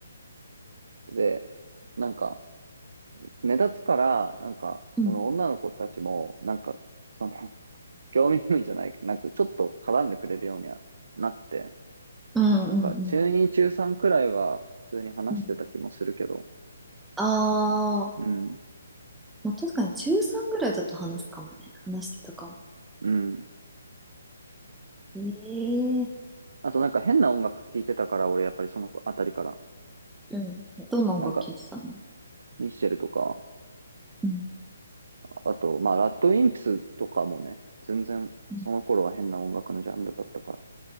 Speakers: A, on the right; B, in the centre.
A: で、なんか、目立つから、なんか、
B: うん。
A: その女の子たちも、なんか、その、<laughs> 興味本位じゃない、なんかちょっと絡んでくれるようにはなって、
B: うんうんうん。
A: なんか、中2、中3くらいは普通に話してた気もするけど、
B: うんああ、
A: うん、
B: まあ、確かに中3ぐらいだと話すかもね。話してたかも。
A: うん。
B: ええ
A: あとなんか変な音楽聴いてたから、俺やっぱりその子あたりから。
B: うん。どんな音楽聴いてたの
A: なんか、ミッシェルとか、
B: うん。
A: あと、まあ、ラッドウィンプスとかもね、全然その頃は変な音楽のジャンルだったから、
B: う